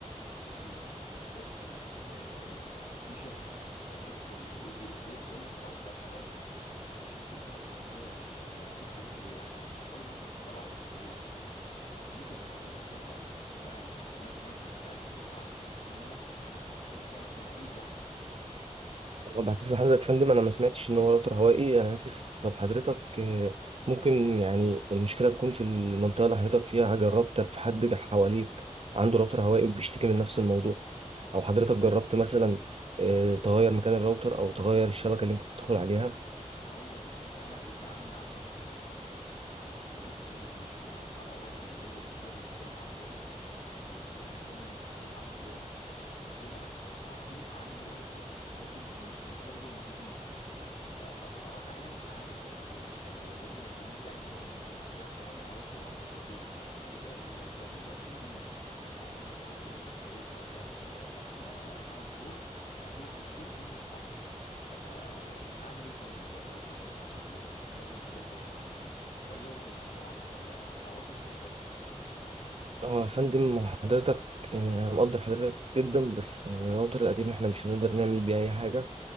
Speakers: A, on the left; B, on the right.
A: تقول لي افصل آه آه، الفيشه يعني افصل الاي دي اس ال بقول لك راوتر هوائي وفيشه ايه الرئيسيه ومش رئيسيه هتفرق في ايه يعني انا بشغله ممكن اشغله على بطاريه اصلا آه ممكن انت حضرتك ترجع للي انا المكالمات اللي انا اتكلمتها قبل كده وتعرف التفاصيل منها يعني انا مش كل شويه هفضل اعيد يعني
B: طب هتسأل حضرتك يا فندم انا ما سمعتش ان هو راوتر هوائي انا اسف طب حضرتك آه، ممكن يعني المشكله تكون في المنطقه اللي حضرتك فيها جربتك في حد جه حواليك عنده راوتر هوائي وبيشتكي من نفس الموضوع او حضرتك جربت مثلا آه، تغير مكان الراوتر او تغير الشبكه اللي انت بتدخل عليها
A: هقول لك يا سيدي انا ابن عمي عنده نفس الراوتر ونفس المشكله على الرغم ان هو في دور مختلف عن دوري وفي مكان مختلف عن مكاني وفي كل حاجه وصاحبي عنده راوتر لكن من الفيرجن الجديد ف- فالصراحه انا مش عارف يعني ال- هو الفيرجن الجديد يعني هو اللي المفروض يشتغل طب انا اودي الراوتر ده فين ده الراوتر ده دلوقتي يعمل له 2000 جنيه يعني انا لو كنت رحت اشتريته قبلها ب- قبل آه، خمس شهور اجيبه ب 2000 جنيه من الفرع ف... ف يعني اعمل ايه طيب ولا اودي الراوتر ده فين ولا لازم اشتري الراوتر الجديد ولا الغي اشتراك ولا هتعوضني ازاي طيب
B: اه يا فندم هو حضرتك آه، انا مقدر حضرتك جدا بس يعني الراوتر القديم احنا مش هنقدر نعمل بيه اي حاجه